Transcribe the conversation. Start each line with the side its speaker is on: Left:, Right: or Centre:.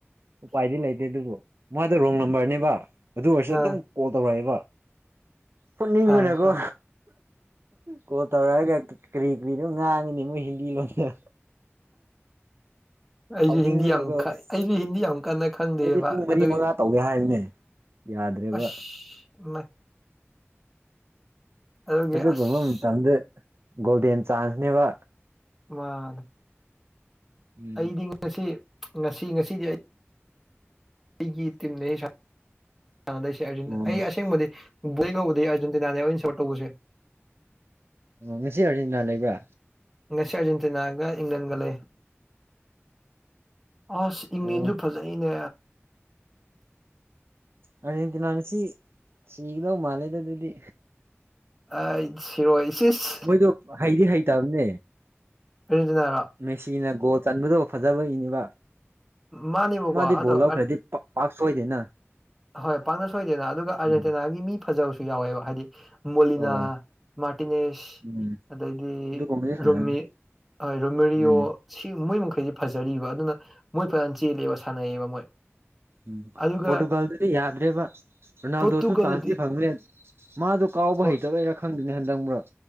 Right: ꯎꯄꯥꯏꯗꯤ ꯂꯩꯇꯦ ꯑꯗꯨꯕꯨ ꯃꯥꯗ ꯔꯣꯡ ꯅꯝꯕꯔꯅꯦꯕ ꯑꯗꯨ ꯑꯣꯏꯔꯁꯨ ꯑꯗꯨꯝ
Centre: ꯑꯥ
Right: ꯀꯣꯜ ꯇꯧꯔꯛꯑꯦꯕ ꯐꯨꯅꯤꯡꯕꯅꯀꯣ
Centre: ꯐꯔꯦ ꯐꯔꯦ
Right: ꯀꯣꯜ ꯇꯧꯔꯛꯑꯒ ꯀꯔꯤ ꯀꯔꯤꯅꯣ ꯉꯥꯡꯉꯤꯅꯦ ꯃꯣꯏ ꯍꯤꯟꯗꯤ ꯂꯣꯟꯗ
Centre: ꯑꯩꯁꯨ
Right: ꯁꯥꯎꯅꯤꯡꯕꯅꯀꯣ
Centre: ꯍꯤꯟꯗꯤ ꯑꯃꯛ
Right: ꯑꯁ
Centre: ꯑꯩꯁꯨ ꯍꯤꯟꯗꯤ ꯌꯥꯝ ꯀꯟꯅ ꯈꯪꯗꯦꯕ
Right: ꯑꯩꯗꯤ ꯄꯨꯡ ꯃꯔꯤ
Centre: ꯑꯗꯨꯏ
Right: ꯃꯉꯥ ꯇꯧꯒꯦ ꯍꯥꯏꯕꯅꯦ ꯌꯥꯗ꯭ꯔꯦꯕ
Centre: ꯑꯁ ꯑꯗꯨꯒꯤ
Right: ꯑꯗꯨꯒꯨꯝꯕ
Centre: ꯑꯁ
Right: ꯃꯇꯝꯗ ꯒꯣꯜꯗꯦꯟ ꯆꯥꯟꯁꯅꯦꯕ
Centre: ꯃꯥꯅꯦ
Right: ꯎꯝ
Centre: ꯑꯩꯗꯤ ꯉꯁꯤ ꯉꯁꯤ ꯉꯁꯤꯗꯤ ꯑꯩ ꯑꯩꯒꯤ ꯇꯤꯝꯅꯦ ꯁꯥꯟꯅꯗꯣꯏꯁꯦ ꯑꯩ
Right: ꯑꯣ
Centre: ꯑꯁꯦꯡꯕꯗꯤ ꯕꯣꯏ ꯀꯧꯕꯗꯨꯅꯤ ꯑꯔꯖꯦꯟꯇꯤꯅꯥꯅꯦꯕꯥ ꯑꯩꯅꯥ ꯁꯣꯔꯠ ꯇꯧꯕꯁꯦ
Right: ꯉꯁꯤ ꯑꯥꯔꯖꯦꯟꯇꯤꯅꯥ ꯂꯩꯕ꯭ꯔꯥ
Centre: ꯉꯁꯤ ꯑꯥꯔꯖꯦꯟꯇꯤꯅꯥꯒ ꯏꯪꯂꯦꯟꯒ ꯂꯩ ꯑꯁ ꯏꯪꯂꯦꯟꯁꯨ
Right: ꯑꯣ
Centre: ꯐꯖ ꯖꯩꯅꯦ
Right: ꯑꯥꯔꯖꯦꯟꯇꯤꯅꯥ ꯉꯁꯤ ꯁꯤꯒꯗꯧ ꯃꯥꯜꯂꯦ ꯑꯗꯨ ꯑꯗꯨꯗꯤ
Centre: ꯑꯩꯠ ꯖꯤꯔꯣ ꯏꯁ ꯏꯁ
Right: ꯃꯣꯏꯗꯣ ꯍꯩꯗꯤ ꯍꯩꯇꯕꯅꯦ
Centre: ꯑꯥꯔꯖꯦꯟꯇꯤꯅꯔꯣ
Right: ꯃꯦꯁꯤꯅ ꯒꯣꯜ ꯆꯟꯕꯗꯣ ꯐꯖꯕ ꯏꯅꯦꯕ
Centre: ꯃꯥꯅꯦꯕꯀꯣ
Right: ꯃꯥꯗꯤ
Centre: ꯑꯗꯣ
Right: ꯕꯣꯜ ꯂꯥꯎ ꯈꯔ꯭ꯗꯤ ꯄꯥꯛ ꯁꯣꯏꯗꯦꯅ
Centre: ꯍꯣꯏ ꯄꯥꯛꯅ ꯁꯣꯏꯗꯦꯅ ꯑꯗꯨꯒ ꯑꯥꯔꯖꯦꯟꯇꯤꯅꯥꯒꯤ
Right: ꯎꯝ
Centre: ꯃꯤ ꯐꯖꯕꯁꯨ ꯌꯥꯎꯋꯦꯕ ꯍꯥꯏꯗꯤ ꯃꯣꯂꯤꯅꯥ
Right: ꯑꯣ
Centre: ꯃꯥꯔꯇꯤꯅꯦꯁ
Right: ꯎꯝ
Centre: ꯑꯗꯩꯗꯤ
Right: ꯑꯗꯨꯒꯨꯝꯕꯗꯤ ꯐꯖꯅꯤ
Centre: ꯔꯨꯝꯃꯤ ꯔꯨꯝꯃꯤꯔꯤꯌꯣ
Right: ꯎꯝ
Centre: ꯁꯤ ꯃꯣꯏ ꯃꯈꯩꯁꯤ ꯐꯖꯔꯤꯕ ꯑꯗꯨꯅ ꯃꯣꯏ ꯐꯩꯅꯝ ꯆꯦꯜꯂꯤꯕ ꯁꯥꯟꯅꯩꯌꯦꯕ ꯃꯣꯏ
Right: ꯎꯝ
Centre: ꯑꯗꯨꯒ
Right: ꯄꯣꯔꯇꯨꯒꯜꯗꯗꯤ ꯌꯥꯗꯔꯦꯕ ꯔꯣꯅꯥꯜꯗꯣꯁꯨ
Centre: ꯄꯣꯔꯇꯨꯒꯜꯗꯗꯤ
Right: ꯆꯥꯟꯁꯗꯤ ꯐꯪꯕꯅꯦ ꯃꯥꯗꯣ ꯀꯥꯎꯕ
Centre: ꯍꯣꯏ
Right: ꯍꯩꯇꯕꯩꯔꯥ ꯈꯪꯗꯦꯅꯦ ꯍꯟꯗꯪ ꯃꯔꯛ